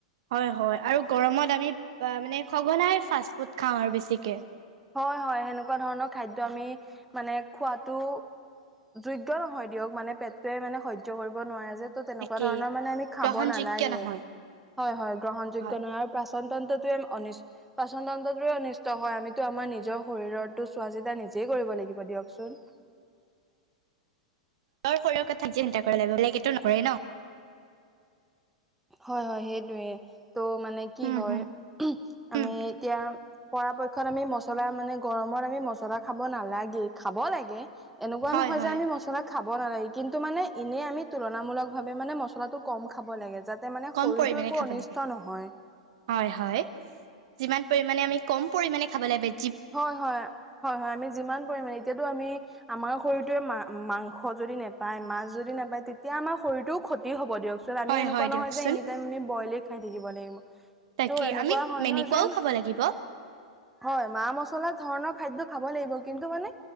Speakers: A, on the right; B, in the centre.
A: হয় হয় আৰু গৰমত আমি মানে সঘনাই ফাষ্ট ফুড খাওঁ আৰু বেছিকে
B: হয় হয় সেনেকুৱা ধৰণৰ খাদ্য আমি মানে খোৱাতো যোগ্য় নহয় দিয়ক মানে পেটোৱে মানে সজ্য কৰিব নোৱাৰে যে ত তেনেকুৱা
A: তাকেই
B: ধৰণৰ মানে আমি খাব
A: গ্ৰহণযোগ্য
B: নালাগে
A: নহয়
B: হয়- হয় -গ্ৰহণ যোগ্য
A: হয়
B: নহয় পাচন তন্ত্ৰটোৱে পাচন তন্ত্ৰটোৱে অনিষ্ট হয় আমি তো আমাৰ নিজৰ শৰীৰতো চোৱা চিতা নিজেই কৰিব লাগিব দিয়কচোন
A: তৰ শৰীৰৰ কথাঠাইি চিন্তা কৰি লাগিব বেলেগ এইটো নকৰে ন
B: হয় -হয় -সেইটোৱে ত' মানে কি
A: উম
B: হয়
A: হম
B: আমি
A: উম
B: এতিয়া পৰাপক্ষত আমি মচলা মানে গৰমত আমি মচলা খাব নালাগে খাব লাগে এনেকুৱা
A: হয়
B: নহয়
A: হয়
B: যে আমি মছলা খাব নালাগে কিন্তু মানে এনেই আমি তুলনামূলক ভাৱে মানে মছলাটো কম খাব লাগে যাত তা মানে
A: কম
B: শৰীৰটো
A: পৰিমাণে
B: একো
A: খাব
B: অনিষ্ট
A: লাগে
B: নহয়
A: হয়- হয়- যিমান পৰিমাণে আমি কম পৰিমাণে খাবলৈ বে
B: হয় -হয় -হয় -হয় -আমি যিমান পৰিমণে এতিয়াতো আমি আমাৰ শৰীৰটোৱে মা মাংস যদি নোপায় মাছ যদি নোপায় তেতিয়া আমাৰ শৰীৰটোও ক্ষতি দি হ'ব দিয়কচোন আমি
A: হয়
B: এনেকুৱা
A: হয় দিয়কচোন
B: নহয় যে এনি টাইম আমি বইলেই খাই থাকিব লাগিব
A: তাকে
B: ত' এনেকুৱা
A: আমি
B: হয়
A: এনেকুৱাও
B: ন যে
A: খাব লাগিব
B: হয় মা মছলা ধৰণৰ খাদ্য খাব লাগিব কিন্তু মানে